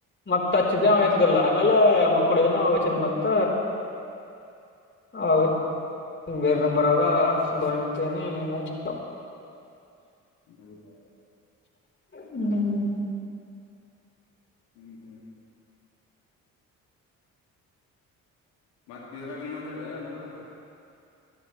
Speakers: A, on the left; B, on the left.
A: ಮತ್ತತ್ ಹಚ್ಚ ದಿನ ಆಗತ್ಲಿಲ್ಲ ಆಮೇಲೆ ಮಕ್ಕಡ ದನ ಹಚ್ಚರಿ ಮತ್ತ ಹೌ ಬೇರೆ ನಂಬರ್ ಆದ ಸಂಭವನಗಂತನೆ ಇ ಚಿ
B: ಹೌದಾ
A: ಹ್ಮ್
B: ಹ್ಮ್ ಹ್ಮ್ ಮತ್ತ ಇದ್ರಾಗೂ ಮಾತಾಡುದ ಏನ್ ನನ್ನ ಗೂಡ